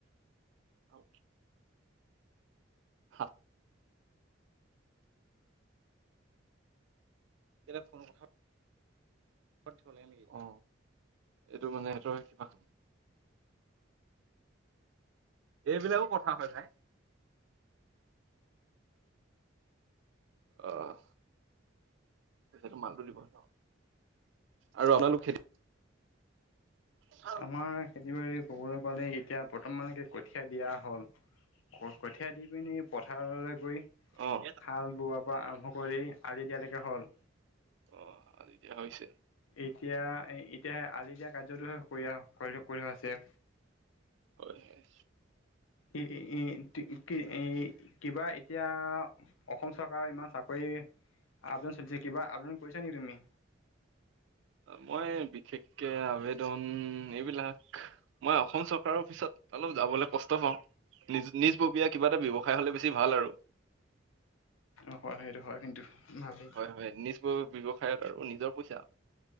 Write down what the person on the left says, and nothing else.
আমাৰ খেতি, বাতি কবলৈ গ'লে এতিয়া বৰ্তমানকে কঠীয়া দিয়া হ'ল- ক কঠীয়া দি পিনি প থাৰলৈ গৈ
হাল বোৱাৰ পৰা আৰম্ভ কৰি আলি দিয়ালৈকে হ'ল-
এতিয়া এ এতিয়াহে আজি দিয়া কাৰ্যতো হে কৰি-কৰি থকা হৈছে।
এ কি এ কিবা এতিয়া অসম চৰকাৰ ইমান চা কৰি আবদাউন চলিছে কিবা আবদাউন কৰিছা নেকি তুমি
অ হয় সেইটো হয় কিন্তু। ভালেই।